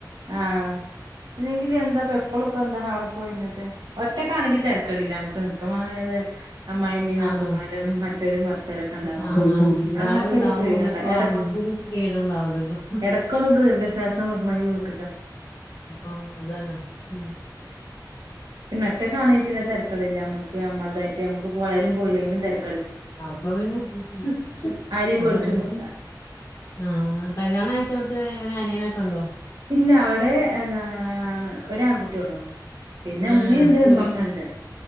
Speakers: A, on the right; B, on the left.
A: ആ ഇല്ലെങ്കിൽ എന്താപ്പ എപ്പളുപ്പെന്താ അവ്ടെ പോയിന്ന് ട്ട് ഒറ്റക്കാണെങ്കി തെരക്കേടില്ല ഞമ്മക്ക് നിക്ക മാണേ അത് അമ്മായിമ്മിം നാത്തൂൻമാരും
B: ആഹ്
A: മറ്റൊലും മർച്ചൊലൊക്കെണ്ടാവുമ്പോ
B: ആഹ് എല്ലാരും
A: ഞമ്മക്കൊരു
B: ഉണ്ടാവും
A: ഫ്രീഡണ്ട
B: പിന്നെപ്പോ
A: എട്
B: അമ്മക്കൊരു ലീഡ്ണ്ടാവൂലല്ലോ
A: എടക്കൊന്ന് ദീർഘശ്വാസം മയൂസ്
B: ആ അതന്നെ ഉം
A: പിന്നൊറ്റക്കാണെ പിന്നെ തെരക്കേടില്ല അമ്മക്ക് ഞമ്മൾതായിട്ട് ഞമ്മക്ക് പോയാലും പോയില്ലെങ്കിലും തെര
B: അപ്പൊ പിന്നെ
A: ആരേം
B: അതാണ്
A: പേടിച്ചും വേണ്ട
B: ആ കല്യാണം കഴി <unintelligible> എങ്ങനെ അനിയനൊക്കെണ്ടോ
A: ഇല്ല അവിടെ എന്താണ് ഒരു ആൺകുട്ടിള്ളൂ പിന്നെ
B: ആഹ്
A: ഇമ്മിണ്ട്
B: ശരി
A: ഉമ്മമ്മണ്ട്